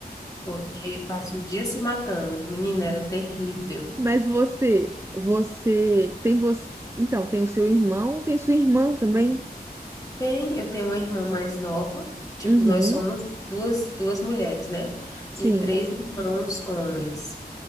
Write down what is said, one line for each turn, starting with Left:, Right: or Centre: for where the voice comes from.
Left: porque passa o dia se matando. Menina, era terrível.
Right: Mas você, você tem você, então tem o seu irmão, tem sua irmã também?
Left: Tem, eu tenho uma irmã mais nova, tipo,
Right: Uhum,
Left: nós somos duas, duas mulheres, né?
Right: sim.
Left: E três irmãos homens.